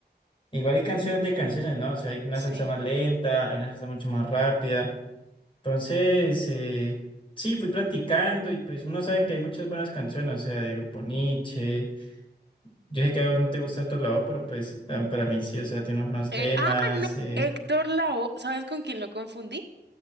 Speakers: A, on the left; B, on the right.
A: Igual hay canciones de canciones, ¿no? O sea, hay una
B: Sí.
A: salsa más lenta, hay una salsa mucho más rápida. Entonces, eh, sí, fui practicando y pues uno sabe que hay muchas buenas canciones, o sea, de Grupo Nietzsche. Yo sé que a vos no te gusta otro lado, pero pues ah, para mí sí, o sea, tiene unos buenos
B: Eh,
A: temas,
B: ah, no.
A: eh,
B: Héctor Lavoe, ¿sabes con quién lo confundí?